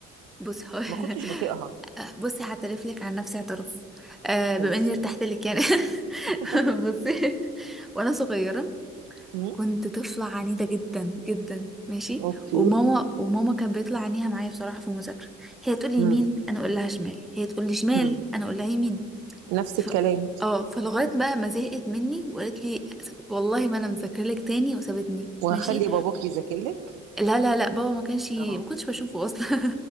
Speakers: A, in the centre; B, on the right.
A: بص هو <laughs>
B: ما كنتش بطيقها
A: بصي هعترف لك عن نفسي اعتراف آه، بما
B: ودي
A: اني ارتحت لك يعني <laughs>
B: <laughs>
A: بصي وانا صغيره
B: مم.
A: كنت طفله عنيده جدا جدا ماشي
B: اوكي
A: وماما وماما كان بيطلع عينيها معايا بصراحه في المذاكره هي تقول لي
B: مم.
A: يمين انا اقول لها شمال هي تقول لي شمال
B: مم.
A: انا اقول لها يمين
B: نفس
A: ف...
B: الكلام
A: اه فلغايه بقى ما زهقت مني وقالت لي والله ما انا مذاكره لك تاني وسابتني
B: وهخلي
A: ماشي
B: باباك يذاكر لك
A: لا لا لا بابا ما كانش ما
B: اه
A: كنتش بشوفه اصلا <laughs>